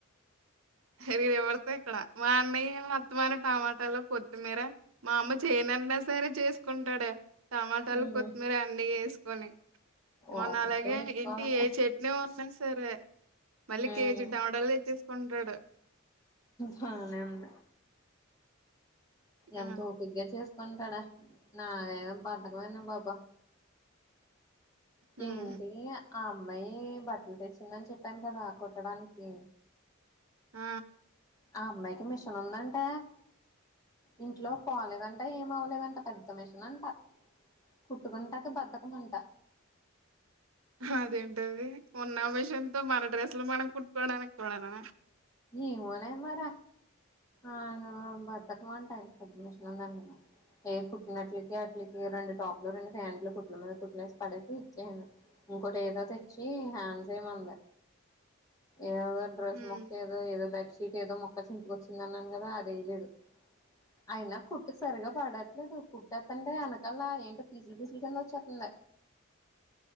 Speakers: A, on the right; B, on the left.
A: <unintelligible> రివర్స్ ఇక్కడ, మా అన్నయ్య అత్తమాన టమాటాలు, కొత్తిమీర మా అమ్మ చేయ. నన్నా సరే చేసుకుంటాడే టమాటాలు,
B: ఉమ్
A: కొత్తిమీర అన్ని వేసుకొని. మొన్న
B: ఓపిగ్గా
A: అలాగే
B: మెచ్చుకోవాలి
A: ఇంటి ఏ చట్నీ ఉన్నా సరే. మళ్ళీ
B: ఉమ్
A: కేజీ టమాటాలు తెచ్చేసుకుంటాడు.
B: బానే ఉంది ఎంత
A: ఆ
B: ఓపిగ్గా చేస్ కొంటాడా నా దేనా బద్ధకమేనే <unintelligible> ప.
A: హ్మ్
B: ఏంటి ఆ అమ్మాయి బట్టలు తెచ్చిందని, చెప్పాను కదా కుట్టడానికి.
A: ఆ
B: ఆ అమ్మాయికి మిషన్ ఉందంట. ఇంట్లో పోలేదంట ఏం అవ్వలేదంట పెద్ద మిషన్నంట. కుట్టుకుంటాకి బద్ధకం మంట
A: హదేంటది ఉన్న విషన్తో మన డ్రెస్లు మనం కుట్టుకోవడానికి కూడానా?
B: ఏమోనే మర ఆ బద్దకమంటా పేద్దమిషనుందంటన్నా ఏ కుట్టినట్లకి అట్లకి రెండు టాప్లు, రెండు ప్యాంట్లు కుట్లు మీద కుట్లేసి పడేసి ఇచేసాను. ఇంకోటి ఏదో తెచ్చి, హ్యాండ్స్ ఏమంది ఏదదో డ్రస్
A: హ్మ్
B: మొ. ఏదో బెడ్ షీట్ ఏదో ముక్క చింపుకొచ్చిందన్నాను కదా అదేయలేదు. అయినా కుట్టు సరిగా పాడట్లేదు, కుట్టాత్తంటే ఎనకల్లా ఏంటో పీసిలు, పీసులు కింద వచ్చత్తంది.